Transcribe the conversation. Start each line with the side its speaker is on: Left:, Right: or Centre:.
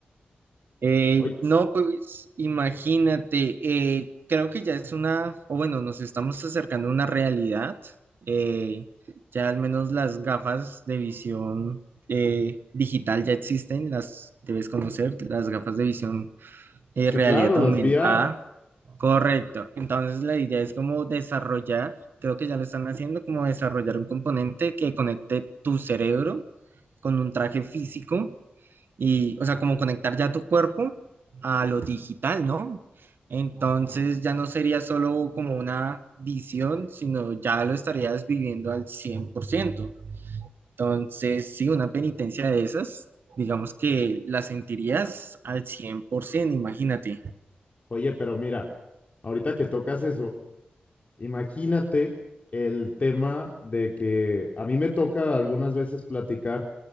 Right: Eh,
Left: Oye,
Right: no, pues imagínate, eh, creo que ya es una, o bueno, nos estamos acercando a una realidad. eh, ya al menos las gafas de visión eh, digital ya existen, las debes conocer, las gafas de visión eh,
Left: sí,
Right: realidad
Left: claro,
Right: aumentada.
Left: las VR.
Right: Correcto. Entonces la idea es como desarrollar, creo que ya lo están haciendo, como desarrollar un componente que conecte tu cerebro con un traje físico y, o sea, como conectar ya tu cuerpo a lo digital, ¿no? Entonces ya no sería solo como una visión, sino ya lo estarías viviendo al 100%. Entonces, sí, una penitencia de esas, digamos que la sentirías al 100%, imagínate.
Left: Oye, pero mira, ahorita que tocas eso, imagínate el tema de que a mí me toca algunas veces platicar